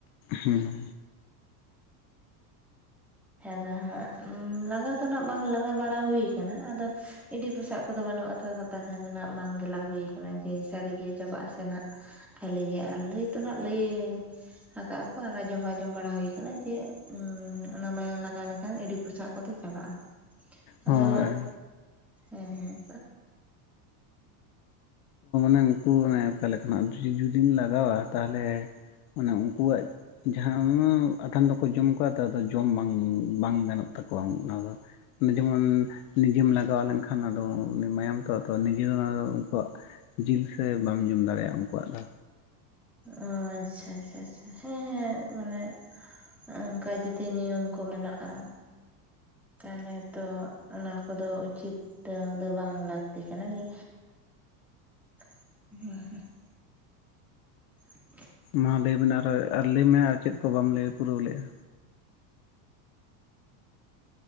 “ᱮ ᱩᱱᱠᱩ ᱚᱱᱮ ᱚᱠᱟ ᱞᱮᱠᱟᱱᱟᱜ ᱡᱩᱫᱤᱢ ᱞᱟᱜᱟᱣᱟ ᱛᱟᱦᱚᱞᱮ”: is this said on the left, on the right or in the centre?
Left